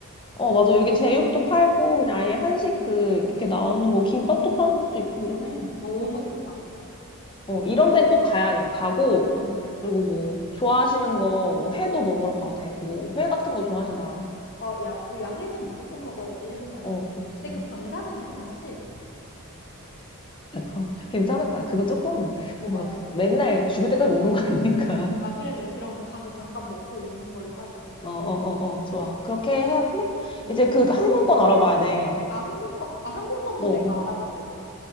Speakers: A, on the left; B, on the left.
A: 어, 맞아. 여기 제육도 팔고, 그냥 아예 한식 그, 이렇게 나오는 거, 김밥도 파는 집도 있고 이러네.
B: 너무 좋다.
A: 어, 이런 데는 꼭 가야 돼. 가고,
B: 완전.
A: 그리고 뭐, 좋아하시는 거, 뭐, 회도 먹으러 가도 되고, 회 같은 거 좋아하잖아.
B: 아, 야, 야해는 무조건 먹어야지 일본 갔는데.
A: 어, 그치.
B: 근데 그 방사는
A: 아, 초밥.
B: 괜찮지?
A: <laughs> 어, 괜찮을 거야. 그거 조금,
B: 어,
A: 그 뭐가,
B: 맞아.
A: 그- 맨날 죽을 때까지 먹는 거 아니니까.
B: 아,
A: <laughs>
B: 그래 그래. 그럼 가서 잠깐 먹고 오는 걸로 하자.
A: 어, 어, 어, 어, 좋아. 그렇게 하고,
B: 음.
A: 이제 그 항공권 알아봐야 돼.
B: 아, 항공권. 아, 항공권도
A: 어,
B: 내가 알아볼게.